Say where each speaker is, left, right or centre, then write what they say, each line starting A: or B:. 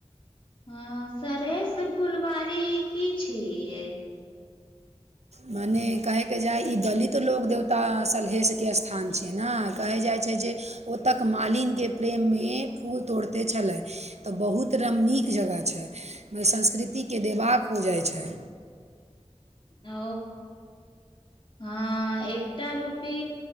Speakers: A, on the left; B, on the right.
A: ह सरहेस फुलवारी की छीयै
B: मने कहैके जाइ ई दलित लोक देवता सलहेशके स्थान छै न कहल जाइत छै जे ओ तक मालिने प्रेम मे फूल तोड़ते छलय त बहुत रम नीक जगह छै म संस्कृतिके देबाक हो जाइ छैय
A: ओ हँ एकटा रूपी